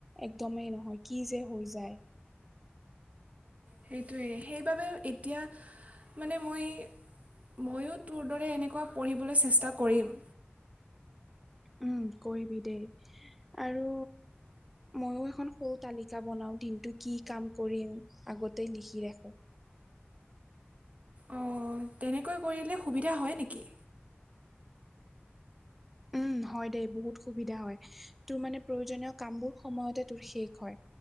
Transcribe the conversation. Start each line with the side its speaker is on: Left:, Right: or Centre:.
Centre: একদমেই নহয় কি যে হৈ যায়।
Right: সেইটোৱেই সেইবাবে, এতিয়া মানে মই ময়ো তোৰ দৰে এনেকুৱা পঢ়িবলৈ চেষ্টা কৰিম।
Centre: উম কৰিবি দেই আৰু ময়ও এখন সৰু তালিকা বনাও দিনটো কি কাম কৰিম আগতে লিখি ৰাখোঁ।
Right: অৱ তেনেকৈ কৰিলে সুবিধা হয় নেকি?
Centre: উম হয় দেই বহুত সুবিধা হয়। তোৰ মানে প্ৰয়োজনীয় কাম বোৰ সময়তে তোৰ শেষ হয়।